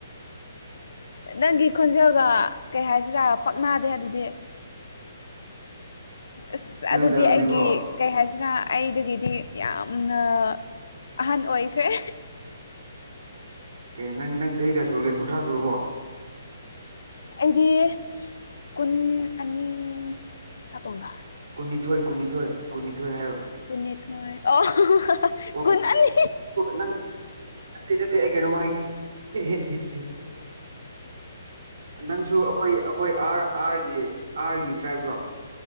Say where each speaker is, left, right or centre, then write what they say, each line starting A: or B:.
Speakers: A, on the left (about 80°); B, on the right (about 70°).
A: ꯅꯪꯒꯤ ꯈꯣꯟꯖꯦꯜꯒ ꯀꯩ ꯍꯥꯏꯁꯤꯔꯥ ꯄꯛꯅꯗꯦ ꯑꯗꯨꯗꯤ ꯑꯁ
B: ꯈꯪꯅꯗꯕꯅꯤꯀꯣ
A: ꯑꯗꯨꯗꯤ ꯑꯩꯒꯤ ꯀꯩ ꯍꯥꯏꯁꯤꯔꯥ ꯑꯩꯗꯨꯒꯤꯗꯤ ꯌꯥꯝꯅ ꯑꯍꯟ ꯑꯣꯏꯈ꯭ꯔꯦ
B: ꯀꯦ ꯅꯪ ꯅꯪ ꯆꯍꯤ ꯀꯌꯥ ꯁꯨꯔꯒꯦ ꯀꯨꯟꯊ꯭ꯔꯥ ꯁꯨꯔꯕꯣ
A: ꯑꯩꯗꯤ ꯀꯨꯟ ꯑꯅꯤ <unintelligible>
B: ꯀꯨꯟꯅꯤꯊꯣꯏ ꯀꯨꯟꯅꯤꯊꯣꯏ ꯀꯨꯟꯅꯤꯊꯣꯏ ꯍꯥꯏꯔꯣ
A: ꯀꯨꯟꯅꯤꯊꯣꯏ ꯑꯣ ꯍꯣ ꯍꯣ ꯍꯥꯍꯥ
B: ꯑꯣ
A: ꯀꯨꯟ ꯑꯅꯤ
B: ꯅꯪ ꯅꯠꯇꯦ ꯅꯠꯇꯦ ꯑꯩ ꯀꯩꯅꯣꯝ ꯍꯥꯏ ꯑꯦ ꯍꯦ ꯍꯦ ꯍꯦ ꯅꯪꯁꯨ ꯑꯩꯈꯣꯏ ꯑꯩꯈꯣꯏ ꯑꯥꯔ ꯑꯥꯔꯒꯤ ꯑꯥꯔꯒꯤ ꯇ꯭ꯔꯥꯏꯞ ꯔꯣ